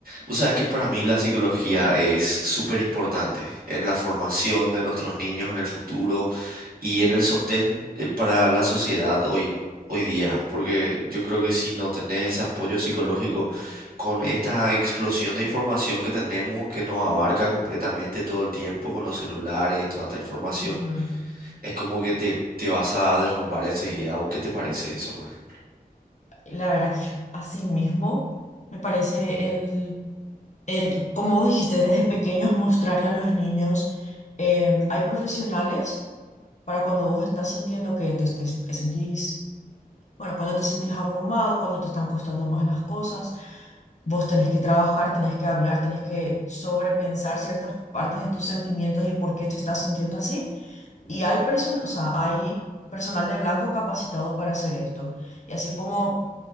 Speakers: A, on the right; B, on the left.
A: Vos sabés que para mí la psicología es súper importante en la formación de nuestros niños en el futuro y en el sostén eh, para la sociedad hoy, hoy día, porque yo creo que si no tenés ese apoyo psicológico
B: Ujú,
A: con esta explosión de información que tenemos, que nos abarca completamente todo el tiempo con los celulares, toda esta información,
B: ujú.
A: es como que te, te vas a derrumbar enseguida. ¿Vos qué te parece eso, por ejemplo?
B: La verdad que <laughs> así mismo me parece el, el, como vos dijiste, desde pequeños mostrarle a los niños, eh, hay profesionales para cuando vos estás sintiendo que te, te que sentís, bueno, cuando te sentís abrumado, cuando te están costando más las cosas, vos tenés que trabajar, tenés que hablar, tenés que sobrepensar ciertas partes de tus sentimientos y de por qué te estás sintiendo así.
A: Ujú,
B: Y hay person, o sea, hay personal de blanco capacitado para hacer esto. Y así como